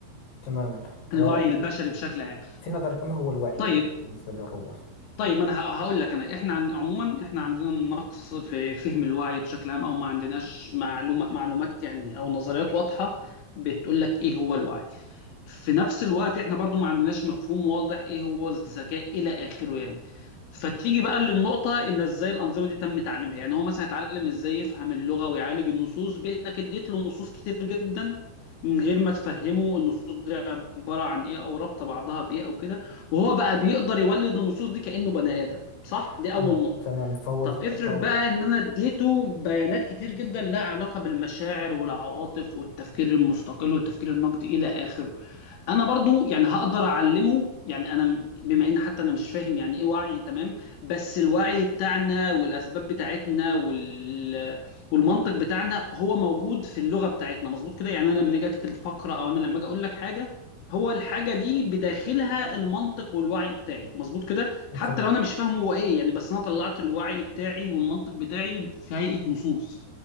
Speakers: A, on the left; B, on the left.
A: تماما آه،
B: الوعي البشري بشكل عام
A: في نظرك ما هو الوعي
B: طيب
A: يعني بالنسبة للروبوت؟
B: طيب ما انا ه- هقول لك انا احنا عن عموما احنا عندنا نقص في فهم الوعي بشكل عام او ما عندناش معلومه معلومات يعني او نظريات واضحه بتقول لك ايه هو الوعي في نفس الوقت احنا برضو ما عندناش مفهوم واضح ايه هو الذكاء الى اخره يعني فتيجي بقى للنقطة ان ازاي الانظمة دي تم تعليمها يعني هو مثلا اتعلم ازاي يفهم اللغة ويعالج النصوص بانك اديت له نصوص كتير جدا من غير ما تفهمه النصوص دي عبارة عن ايه او رابطة بعضها بايه او كده وهو بقى بيقدر يولد النصوص دي كأنه بني ادم صح دي
A: تمام
B: اول نقطة
A: تمام فهو
B: طب افرض
A: فهو
B: بقى ان انا اديته بيانات كتير جدا لها علاقة بالمشاعر والعواطف والتفكير المستقل والتفكير النقدي الى اخره انا برضو يعني هقدر اعلمه يعني انا م- بما ان حتى انا مش فاهم يعني ايه وعي تمام بس الوعي بتاعنا والاسباب بتاعتنا وال... والمنطق بتاعنا هو موجود في اللغه بتاعتنا مظبوط كده يعني انا لما اجي اكتب فقره او انا لما اجي اقول لك حاجه هو الحاجه دي بداخلها المنطق والوعي بتاعي مظبوط كده حتى
A: تمام
B: لو انا مش فاهمه هو ايه يعني بس انا طلعت الوعي بتاعي والمنطق بتاعي في هيئه نصوص